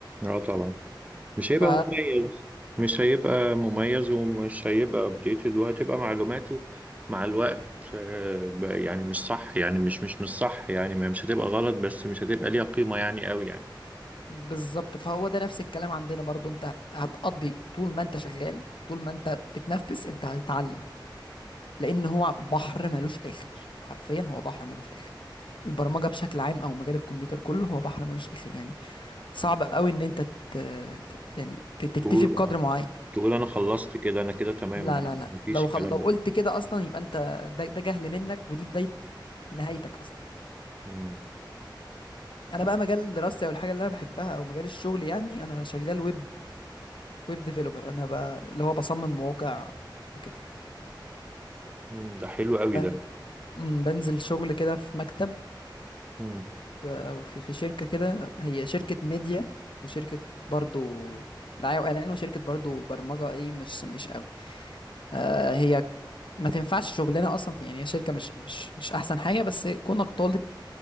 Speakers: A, on the right; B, on the left.
A: اه طبعا مش هيبقى
B: ف
A: مميز مش هيبقى مميز ومش هيبقى ابديتد وهتبقى معلوماته مع الوقت آه، بقى يعني مش صح يعني مش مش مش صح يعني ما- مش هتبقى غلط بس مش هتبقى ليها قيمة يعني قوي يعني
B: بالظبط فهو ده نفس الكلام عندنا برضو انت هتقضي طول ما انت شغال طول ما انت بتتنفس انت هتتعلم لان هو بحر ملوش اخر حرفيا هو بحر ملوش اخر البرمجة بشكل عام او مجال الكمبيوتر كله هو بحر ملوش اخر يعني صعب قوي ان انت ت... ت- يعني ت- تكتفي
A: قول
B: بقدر معين
A: تقول انا خلصت كده انا كده تمام
B: لا لا لا لا
A: مفيش
B: لو
A: الكلام
B: خل... لو قلت
A: ده
B: كده اصلا يبقى انت ده, ده جهل منك ودي بداية نهايتك اصلا
A: مم.
B: انا بقى مجال دراستي او الحاجة اللي انا بحبها او مجال الشغل يعني انا شغال ويب ويب ديفيلوبر انا بقى اللي هو بصمم مواقع وكده
A: مم. ده حلو قوي
B: بن...
A: ده
B: مم، بنزل شغل كده في مكتب
A: مم.
B: آه، او في في شركه كده هي شركه ميديا وشركه برضو دعايه واعلان وشركه برضو برمجه ايه مش مش قوي آه هي ما تنفعش شغلنا اصلا في يعني هي شركه مش مش مش احسن حاجه بس كونك طالب